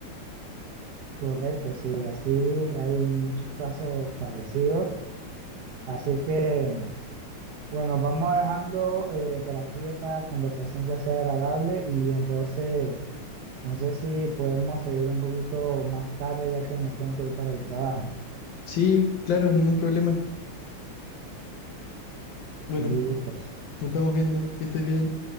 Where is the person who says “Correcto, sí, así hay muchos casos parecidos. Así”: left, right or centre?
Right